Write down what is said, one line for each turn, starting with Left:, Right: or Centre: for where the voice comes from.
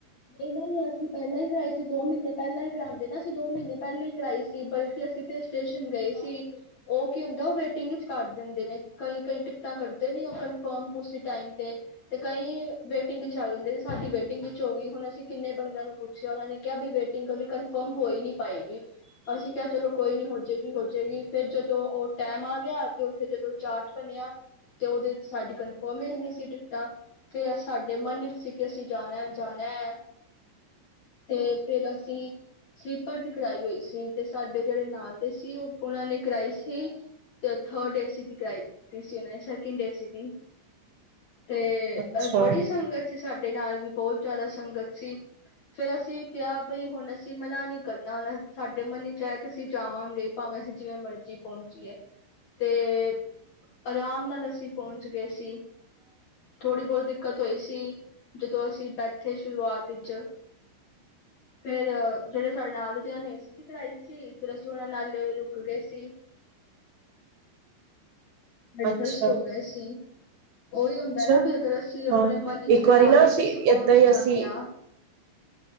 Left: ਨਈ-ਨਈ ਅਸੀਂ ਪੈਲਾਂ ਈ ਕਰਾਈ ਸੀ ਦੋ ਮੀੱਨੇ ਪੈਲਾਂ ਈ ਕਰਾਂਦੇ ਨਾ ਅਸੀਂ ਦੋ ਮੀੱਨੇ ਪੈਲੇ ਈ ਕਰਾਈ ਸੀ ਬਲਕਿ ਅਸੀਂ ਤੇ ਸਟੇਸ਼ਨ ਗਏ ਸੀ, ਓ ਕੀ ਹੁੰਦਾ ਓ ਵੇਟਿੰਗ ਇਚ ਕੱਰ ਦਿੰਦੇ ਨੇ ਕਈ-ਕਈ ਟਿਕਟਾਂ ਕਰਦੇ ਨੇ ਓ ਕੰਨਫਮ ਉਸ ਸੀ ਟਾਈਮ ਤੇ, ਤੇ ਕਈ ਵੇਟਿੰਗ ਇੱਚ ਆ ਜਾਂਦੇ ਸਾਡੀ ਵੇਟਿੰਗ ਵਿੱਚ ਹੋਗੀ ਹੁਣ ਅਸੀਂ ਕਿੰਨੇ ਬੰਦੇਆਂ ਨੂੰ ਪੁੱਛੇਆ ਓਨਾਂ ਨੇ ਕੇਆ ਵੀ ਵੇਟਿੰਗ ਕੰਨਫਮ ਹੋਈ ਨੀ ਪਾਏਗੀ, ਅਸੀਂ ਕੇਆ ਚਲੋ ਕੋਈ ਨੀ ਹੋਜੇਗੀ-ਹੋਜੇਗੀ ਫੇਰ ਜਦੋਂ ਓ ਟੈਮ ਆ ਗੇਆ ਤੇ ਓੱਥੇ ਜਦੋਂ ਚਾਟ ਬਣੇਆ ਤੇ ਓਦੇ ਸਾਡੀ ਕੰਨਫਮ ਈ ਨੀ ਸੀ ਟਿਕਟਾਂ, ਫੇਰ ਸਾਡੇ ਮਨ ਵਿੱਚ ਸੀ ਕਿ ਅਸੀਂ ਜਾਣੈ-ਜਾਣੈ ਐ। ਤੇ ਫੇਰ ਅਸੀਂ, ਸਲੀਪਰ ਦੀ ਕਰਾਈ ਹੋਈ ਸੀ ਤੇ ਸਾਡੇ ਜੇੜੇ ਨਾਲ ਦੇ ਸੀ ਓ ਓਨਾਂ ਨੇ ਕਰਾਈ ਸੀ, ਤੇ ਥਅਡ ਏਸੀ ਦੀ ਕਰਾਈ ਦਿੱਤੀ ਸੀ ਓ ਨੇ ਸੈਕਿੰਡ ਏਸੀ ਦੀ। ਤੇ
Right: ਅੱਛਾ,
Left: ਅ ਬੜੀ ਸੰਗਤ ਸੀ ਸਾਡੇ ਨਾਲ ਵੀ ਬੋ ਦਾ ਸੰਗਤ ਸੀ, ਫੇਰ ਅਸੀਂ ਕੇਆ ਬਈ ਹੁਣ ਅਸੀਂ ਮਨਾ ਨੀ ਕਰਨਾ ਹੁਣ ਸਾਡੇ ਮਨ ਇੱਚ ਐ ਤੇ ਅਸੀਂ ਜਾਵਾਂਗੇ ਭਾਵੇਂ ਅਸੀਂ ਜਿਵੇਂ ਮਰਜੀ ਪੌਂਚੀਏ। ਤੇ, ਅਰਾਮ ਨਾਲ ਅਸੀਂ ਪੌਂਚ ਗਏ ਸੀ, ਥੋੜ੍ਹੀ-ਬੋਤੀ ਦਿੱਕਤ ਹੋਈ ਸੀ ਜਦੋਂ ਅਸੀਂ ਬੈਠ ਥੇ ਸ਼ੁਰੂਆਤ ਇੱਚ। ਫੇਰ ਜੇੜ੍ਹੇ ਸਾਡੇ ਨਾਲ ਦੇ ਜਿੰਨਾ ਨੇ ਏਸੀ ਦੀ ਕਰਾਈ ਸੀ ਫੇਰ ਅ ਓਨਾਂ ਨਾਲ ਰੁਕ ਗੇ ਸੀ ਐਡਜਸਟ
Right: ਅੱਛਾ,
Left: ਹੋ ਗਏ ਸੀ ਓਈ ਹੁੰਦਾ
Right: ਅੱਛਾ
Left: ਨਾ ਵੀ ਅਗਰ ਅਸੀਂ ਆਪਣੇ
Right: ਹਾਂ
Left: ਮਨ ਚ
Right: ਇੱਕ
Left: ਬਣਾ
Right: ਵਾਰੀ ਨਾ
Left: ਲਈਏ ਤੇ ਅਸੀਂ ਪਹੁੰਚ
Right: ਏਦਾਂ ਹੀ
Left: ਜਾਂਨੇ
Right: ਅਸੀਂ
Left: ਆ